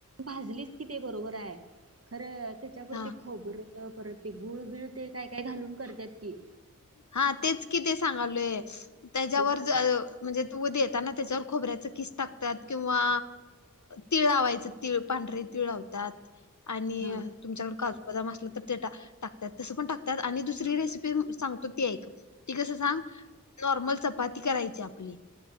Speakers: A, on the right; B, on the left.
A: भाजलीच कि ते बरोबर आहे. खरं त्याच्यावरती
B: हा
A: खोबर. परत ते गुळ बिळ ते काय काय घालून करत्यात की.
B: हा तेच कि ते सांगालोय. त्याच्यावर
A: ते सांग
B: म्हणजे तू देताना त्याच्यावर खोबऱ्याच किस टाकतात. किंवा तिळ लावायचं तीळ. पांढरी तिळ लावतात. आणि
A: हा
B: तुमच्याकड काजू बदाम असलं तर ते टाकतात. तसं पण टाकतात. आणि दुसरी रेसिपी सांगतो ती ऐक. ती कस सांग. नॉर्मल चपाती करायची आपली.